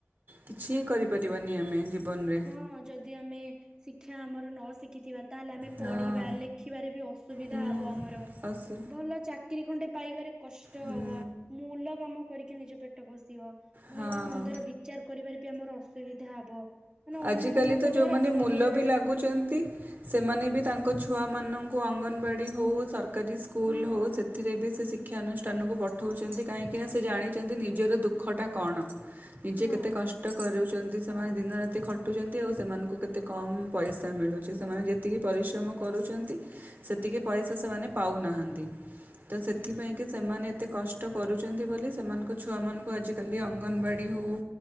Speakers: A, on the right; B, on the right.
A: କିଛି ହିଁ କରିପାରିବାନି ଆମେ ଜୀବନ ରେ।
B: ହଁ ଯଦି ଆମେ ଶିକ୍ଷା ଆମର ନ ଶିଖିଥିବା ତାହେଲେ ଆମେ ପଢିବା
A: ହଁ।
B: ଲେଖିବାରେ ବି ଅସୁବିଧା
A: ହୁଁ
B: ହବ ଆମର
A: ଅସୁ
B: ଭଲ ଚାକ ଚାକିରି ଖଣ୍ଡେ ପାଇବାରେ କଷ୍ଟ
A: ହୁଁ
B: ହବ ମୂଲ କାମ କରିକି ନିଜ ପେଟ ପୋଷିବ। ଭଲ
A: ହଁ।
B: ମନ୍ଦର ବିଚାର କରିବାରେ ବି ଆମର ଅସୁବିଧା ହବ। ମାନେ ଅନ୍ୟମାନଙ୍କ
A: ଆଜି କାଲି ତ
B: ଦ୍ଵାରା
A: ଯୋଉମାନେ
B: ସହଜରେ
A: ମୂଲ ବି ଲାଗୁଛନ୍ତି
B: ଠ
A: ସେମାନେ ବି ତାଙ୍କ ଛୁଆମାନଙ୍କୁ ଅଙ୍ଗନବାଡ଼ି ହଉ ସର କାରି ସ୍କୁଲ
B: ହଁ
A: ହଉ ସେଥିରେ ବି ସେ ଶି ଶିକ୍ଷାନୁଷ୍ଠାନକୁ ପଠଉଛନ୍ତି କାହିଁକିନା ସେ ଜାଣିଛନ୍ତି ନିଜର ଦୁଃଖଟା କଣ। ନିଜେ
B: ହଁ
A: କେତେ କଷ୍ଟ କରୁଛନ୍ତି ସେମାନେ ଦିନ ରାତି ଖ ଖଟୁଛନ୍ତି ଆଉ ସେମାନଙ୍କୁ କେତେ କମ ପଇସା ମିଳୁଛି ସେମାନେ ଯେତିକି ପରିଶ୍ରମ କରୁଛନ୍ତି ସେତିକି ପଇସା ସେମାନେ ପାଉନାହାନ୍ତି। ତ ସେଥିପାଇଁ କି ସେମାନେ ଏତେ କଷ୍ଟ କରୁଛନ୍ତି ବୋଲି ସେମାନଙ୍କ ଛୁଆ ମାନଙ୍କୁ ଆଜି ଡେଲି ଅଙ୍ଗନବାଡ଼ି ହେଉ